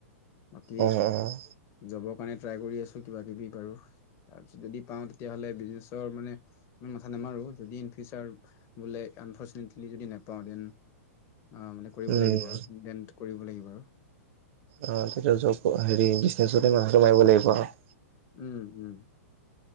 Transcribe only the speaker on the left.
বাকী
জবৰ কাৰণে ট্ৰাই কৰি আছো কিবা কিবি বাৰু তাৰপিছত যদি পাওঁ তেতিয়াহ'লে বিজনেছৰ মানে ইমান মাথা নামাৰো যদি ইন ফিচাৰ বোলে আনফচিনেটলি যদি নাপাওঁ দেন অ মানে কৰিব
লাগিব আৰু দেন কৰিব লাগিব আৰু।
উম উম।